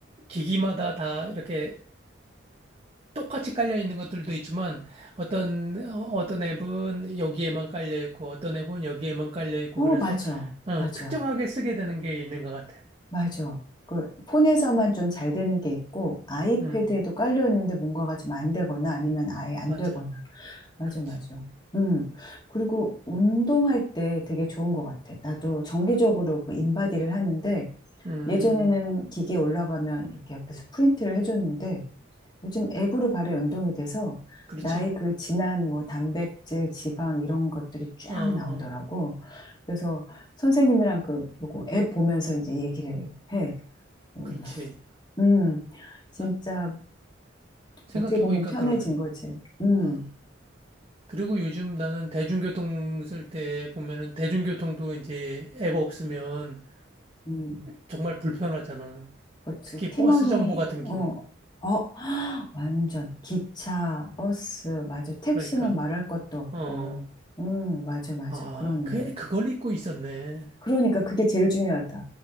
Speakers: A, on the right; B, on the left.
A: 기기마다 다 이렇게 똑같이 깔려 있는 것들도 있지만 어떤 어, 어떤 앱은 여기에만 깔려 있고 어떤 앱은 여기에만 깔려 있고
B: 어,
A: 그래서
B: 맞아.
A: 어,
B: 맞아.
A: 특정하게 쓰게 되는 게 있는 것 같아.
B: 맞아. 그 폰에서만 좀 잘 되는 게 있고 아이패드에도
A: 음,
B: 깔려 있는데 뭔가가 좀 안 되거나 아니면 아예 안
A: 맞아.
B: 되거나 맞아,
A: 그렇지.
B: 맞아. 음. 그리고 운동할 때 되게 좋은 것 같아. 나도 정기적으로 그 인바디를 하는데
A: 음,
B: 예전에는 기계에 올라가면 이렇게 옆에서 프린트를 해줬는데 요즘 앱으로 바로 연동이 돼서
A: 그렇지.
B: 나의 그 진한 뭐 단백질, 지방 이런 것들이 쫙
A: 어, 어,
B: 나오더라고. 그래서 선생님이랑 그 요거 앱 보면서 이제 얘기를 해. 음,
A: 그렇지.
B: 음. 진짜
A: 나 생각해
B: 어떻게 보면
A: 보니까
B: 편해진
A: 그러네.
B: 거지. 음,
A: 어. 그리고 요즘 나는 대중교통 쓸 때 보면은 대중교통도 이제 앱 없으면
B: 음.
A: 정말 불편하잖아.
B: 그렇지.
A: 특히
B: 팀원이,
A: 버스 정보 같은 경우.
B: 어, 어, <gasps> 완전. 기차, 버스, 맞아. 택시는
A: 그러니까
B: 말할 것도 없고.
A: 어.
B: 음 맞아, 맞아.
A: 아,
B: 그렇네.
A: 그, 그걸 입고 있었네.
B: 그러니까 그게 제일 중요하다.